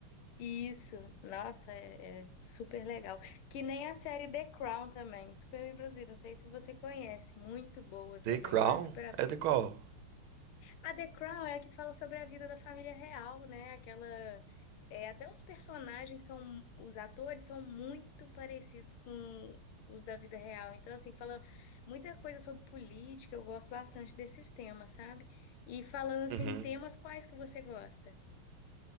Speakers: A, on the left; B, on the right.
A: Isso, nossa, é, é super legal. Que nem a série The Crown também, super bem produzida. Não sei se você conhece, muito boa também,
B: The Crown?
A: vale super a pena.
B: É The Crown.
A: A The Crown é a que fala sobre a vida da família real, né? Aquela. É, até os personagens são. Os atores são muito parecidos com os da vida real. Então, assim, fala muita coisa sobre política. Eu gosto bastante desses temas, sabe? E falando, assim,
B: Uhum.
A: temas quais que você gosta?